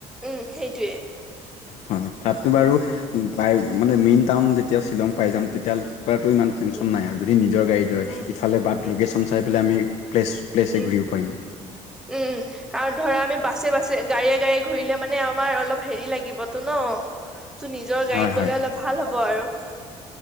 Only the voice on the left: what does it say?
হয় তাততো বাৰু পাই মানে মেইন টাউন যেতিয়া শ্বিলং পাই যাম তেতিয়া কৰাটো ইমান টেনচন
নাই আৰু যদি নিজৰ গাড়ীটো হয়
ইফালে বাট
লকেচন চাই পেলাই আমি প্লেছ, প্লেছে
ঘূৰিব পাৰিম।
হয়
হয়